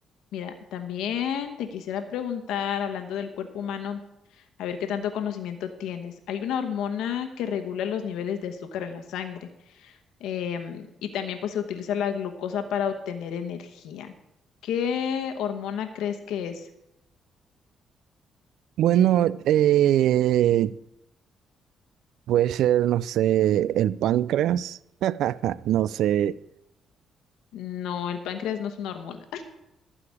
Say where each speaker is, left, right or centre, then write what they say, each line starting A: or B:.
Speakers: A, on the left; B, on the right.
A: Mira, también te quisiera preguntar, hablando del cuerpo humano, a ver qué tanto conocimiento tienes. Hay una hormona que regula los niveles de azúcar en la sangre em, y también pues se utiliza la glucosa para obtener energía. ¿Qué hormona crees que es?
B: Bueno, eh, puede ser, no sé, el páncreas. <laughs> No sé,
A: No, el páncreas no es una hormona.